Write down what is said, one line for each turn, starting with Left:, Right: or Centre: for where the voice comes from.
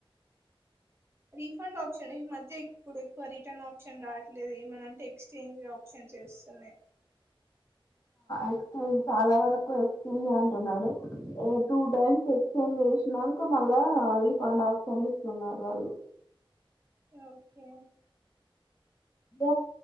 Right: రీఫండ్ ఆప్షన్ ఈ మధ్య ఇప్పుడు ఎక్కువ రిటర్న్ ఆప్షన్ రావట్లేదు ఏమనంటే ఎక్చేంజ్ ఆప్షన్స్ వస్తున్నాయి
Left: ఎక్చేంజ్ చాలా వరకు ఎక్చేంజ్ అంటున్నాడు ఏ టూ టైమ్స్ ఎక్చేంజ్ చేసినాక మళ్ళా రీఫండ్ ఆప్షన్ ఇస్తున్నారు వాళ్ళు
Right: ఓకే
Left: ఇక